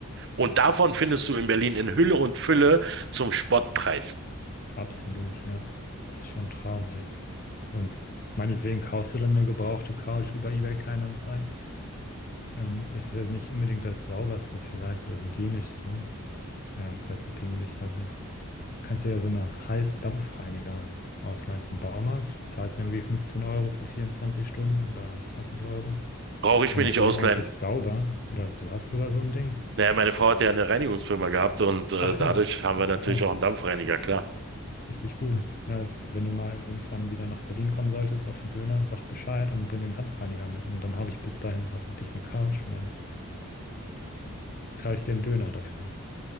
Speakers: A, on the right; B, on the left.
A: Und davon findest du in Berlin in Hülle und Fülle zum Spottpreis.
B: absolut, ja. Das ist schon ein Traum hier. Und meinetwegen kaufst du dann eine gebrauchte Couch über eBay Kleinanzeigen. Ähm, ist ja nicht unbedingt das sauberste vielleicht oder hygienischste, ähm, falls du pingelig da bist. Kannst dir ja so einen heißen Dampfreiniger ausleihen vom Baumarkt. Zahlst ja irgendwie 15 Euro für 24 Stunden oder 20 Euro.
A: Brauche ich
B: Dann
A: mir
B: machst
A: nicht
B: du
A: ausleihen.
B: die ordentlich sauber oder du hast sogar so ein Ding.
A: Naja, meine Frau hat ja eine Reinigungsfirma gehabt und äh,
B: Ach
A: dadurch
B: ja,
A: haben
B: optimal.
A: wir natürlich auch einen Dampfreiniger, klar.
B: Richtig gut. Ja, wenn du mal irgendwann wieder nach Berlin kommen solltest, auf den Döner, sag Bescheid und bring den Dampfreiniger mit. Und dann habe ich bis dahin hoffentlich eine Couch und dann zahle ich dir einen Döner dafür,